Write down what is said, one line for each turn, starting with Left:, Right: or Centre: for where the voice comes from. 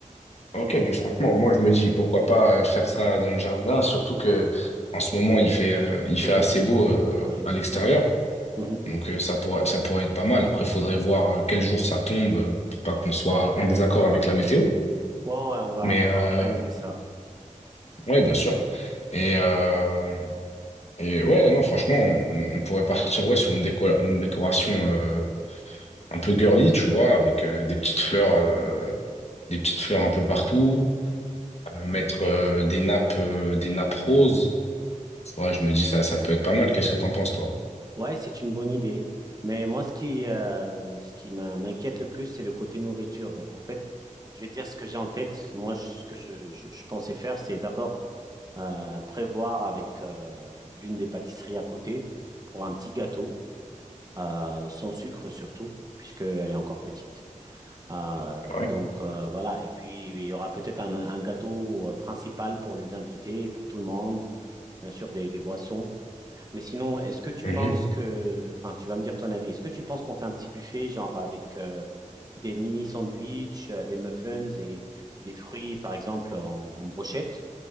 Left: Ok, ben franchement, moi je me dis pourquoi pas euh, faire ça dans le jardin, surtout que en ce moment il fait, euh, il
Right: Il fait
Left: fait
Right: beau.
Left: assez beau euh,
Right: Ouais,
Left: à
Right: c'est
Left: l'extérieur.
Right: ça. Mhm.
Left: Donc euh, ça pourrait, ça pourrait être pas mal. Après, faudrait voir euh, quel jour ça tombe euh, pour pas qu'on soit en désaccord avec la météo.
Right: Ouais, ouais, on va,
Left: Mais
Right: on
Left: euh,
Right: va organiser ça.
Left: ouais, bien sûr. Et, euh, et ouais, non, franchement, on, on pourrait partir ouais, sur une, déco- une décoration euh, un peu girly, tu vois, avec euh, des petites fleurs, euh, des petites fleurs un peu partout, euh, mettre euh, des nappes, euh, des nappes roses Ouais, je me dis ça, ça peut être pas mal. Qu'est-ce que t'en penses, toi?
Right: Ouais, c'est une bonne idée. Mais moi, ce qui, euh, ce qui m'in- m'inquiète le plus, c'est le côté nourriture. Donc, en fait, je vais dire ce que j'ai en tête. Moi, je- ce que je, je- je pensais faire, c'est d'abord euh, prévoir avec euh, l'une des pâtisseries à côté pour un petit gâteau, euh, sans sucre surtout, puisqu'elle est encore petite. Euh,
Left: Ouais.
Right: donc, euh, voilà. Et puis, il y aura peut-être un, un gâteau euh, principal pour les invités, pour tout le monde, bien sûr, des, des boissons. Mais sinon, est-ce que tu
Left: Mhm.
Right: penses que, enfin, tu vas me dire ton avis, est-ce que tu penses qu'on fait un petit buffet, genre avec euh, des mini sandwichs, euh, des muffins et des fruits, par exemple, en, en brochette?